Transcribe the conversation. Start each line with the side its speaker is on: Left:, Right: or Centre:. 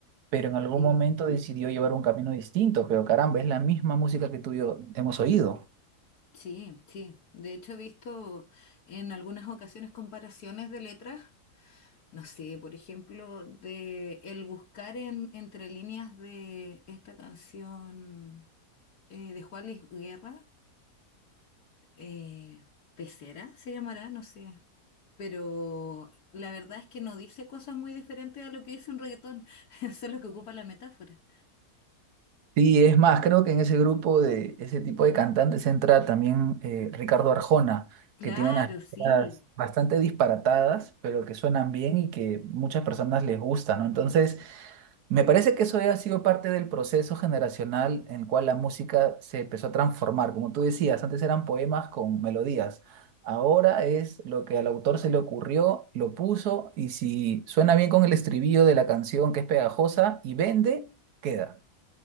Right: pero en algún
Left: sí,
Right: momento decidió llevar un camino distinto, pero caramba, es la misma música que tú y yo hemos oído.
Left: sí, sí. De hecho, he visto en algunas ocasiones comparaciones de letras no sé, por ejemplo, de el buscar en, entre líneas de esta canción eh, de Juan Luis Guerra, eh, Pecera se llamará, no sé. Pero la verdad es que no dice cosas muy diferentes a lo que dice un reggaetón, <laughs> solo que ocupa la metáfora.
Right: Sí, es más, creo que en ese grupo de ese tipo de cantantes entra también eh, Ricardo Arjona,
Left: Claro,
Right: que tiene unas
Left: sí.
Right: letras bastante disparatadas, pero que suenan bien y que muchas personas les gustan, ¿no? Entonces, Me parece que eso ya ha sido parte del proceso generacional en el cual la música se empezó a transformar. Como tú decías, antes eran poemas con melodías. Ahora es lo que al autor se le ocurrió, lo puso y si suena bien con el estribillo de la canción que es pegajosa y vende, queda.